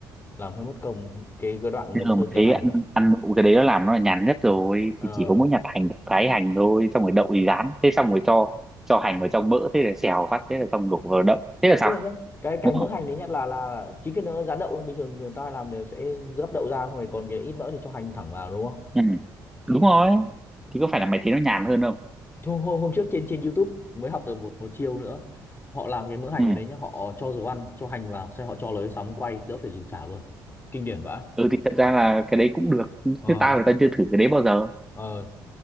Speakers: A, on the left (about 25°); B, in the centre.
A: làm hơi mất công cái, cái đoạn
B: nhưng
A: sơ
B: mà
A: chế
B: thấy
A: hành
B: ăn ăn đậu cái đấy nó làm nó là nhàn nhất rồi
A: Ờ
B: thì chỉ có mỗi nhặt hành thái hành thôi xong rồi đậu thì rán thế xong rồi cho cho hành vào trong mỡ thế là xèo phát thế là xong đổ vào đậu thế là xong
A: nhưng mà nhá cái cái
B: đúng
A: mỡ
B: không
A: hành đấy nhất là là chính cái nó rán đậu nó bình thường thường tao hay làm thì sẽ gấp đậu ra xong rồi còn cái ít mỡ thì cho hành thẳng vào đúng không
B: ừ. đúng rồi thì có phải là mày thấy nó nhàn hơn không
A: Thôi, hôm, hôm trước trên trên YouTube mới học được một một chiêu nữa họ làm cái mỡ hành
B: ừ.
A: ở đấy nhá họ cho dầu ăn cho hành vào xong họ cho lấy sóng quay đỡ phải dùng chảo luôn kinh điển vãi
B: ừ thì thật ra là cái đấy cũng được
A: ờ
B: chứ tao thì tao chưa thử cái đấy bao giờ
A: ờ